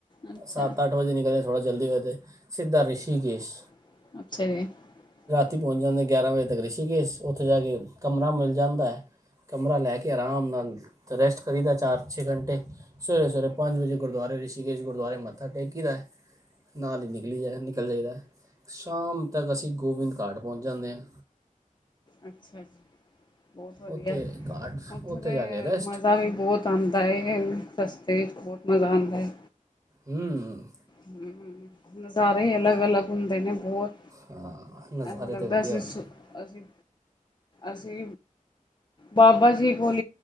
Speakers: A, on the left (about 35°); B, on the right (about 30°).
A: ਅੱਛਾ
B: ਸੱਤ ਅੱਠ ਵਜੇ ਨਿਕਲੇ ਥੜ੍ਹਾ ਜਲਦੀ ਵਹਿਤੇ ਸਿੱਧਾ ਰਿਸ਼ੀਕੇਸ਼
A: <unintelligible>
B: <unintelligible> ਪਹੁੰਚ ਜਾਂਦੇ ਗਿਆਰਾਂ ਵਜੇ ਤੱਕ ਰਿਸੀ ਕੇ ਉੱਥੇ ਜਾ ਕੇ ਕਮਰਾ ਮਿਲਦਾ ਜਾਂਦਾ ਹੈ ਕਮਰਾ ਲੈ ਕੇ ਆਰਾਮ ਨਾਲ ਰੈਸਟ ਕਰੀਦਾ ਚਾਰ ਛੇ ਘੰਟੇ ਸਵੇਰੇ ਸਵੇਰੇ ਪੰਜ ਵਜੇ ਗੁਰਦੁਆਰੇ ਰਿਸ਼ੀਕੇਸ਼ ਗੁਰਦੁਆਰੇ ਮੱਥਾ ਟੇਕੀ ਦਾ ਨਾਲ ਹੀ ਨਿਕਲੀ ਜਾ ਨਿਕਲ ਜਾਈਦਾ ਸ਼ਾਮ ਤੱਕ ਅਸੀਂ ਗੋਬਿੰਦ ਘਾਟ ਪਹੁੰਚ ਜਾਂਦੇ ਹਾਂ
A: ਅੱਛਾ ਜ ਬਹੁਤ ਵਧੀਆ
B: ਉੱਥੇ ਘਾਟ
A: ਉੱਥੇ ਦੇ
B: ਜਾ ਕੇ ਰੈਸਟ
A: ਮਜ਼ਾ ਵੀ ਬਹੁਤ ਆਉਂਦਾ ਹੈ ਰਸਤੇ ਬਹੁਤ ਮਜ਼ਾ ਆਉਦਾ ਹੈ
B: ਹਮ
A: ਹਮ ਨਜ਼ਾਰੇ ਅਲੱਗ ਅਲੱਗ ਸੁਣਦੇ ਨੇ ਬਹੁਤ
B: ਹਾਂ ਨਜ਼ਾਰੇ
A: ਐਸਾ
B: ਤੇ
A: ਲੱਗਦਾ
B: ਵਧੀਆ
A: ਅਸੀਂ
B: ਹੁੰਦੇ
A: ਸੁ
B: ਨੇ।
A: ਅਸੀਂ ਅਸੀਂ ਬਾਬਾ ਜੀ ਕੋਲ